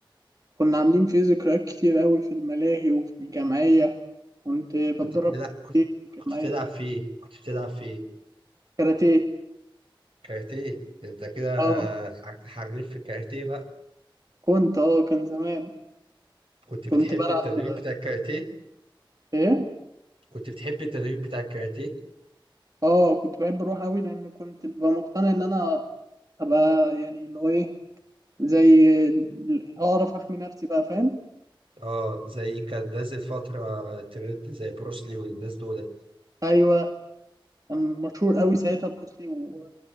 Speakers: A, on the right; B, on the right.
A: كنا عاملين فيه ذكريات كتير قوي في الملاهي وفي الجمعية كنت بتدرب
B: كنت بتلعب كنت
A: كتير في
B: كنت
A: الجمعية
B: بتلعب فيه كنت بتلعب فيه
A: كاراتيه
B: كاراتيه انت كده
A: اه
B: ح- حريف في الكاراتيه بقى
A: كنت اه كان زمان
B: كنت
A: كنت
B: بتحب
A: بلعب
B: التدريب بتاع الكاراتيه
A: ايه
B: كنت بتحب التدريب بتاع الكاراتيه
A: اه كنت بحب اروح قوي لان كنت ببقى مقتنع ان انا ابقى يعني اللي هو ايه زي ال- اعرف احمي نفسي بقى فاهم
B: اه زي كان نازل فترة ترند زي بروسلي والناس دول
A: ايوه كان مشهور قوي ساعتها بروسلي و...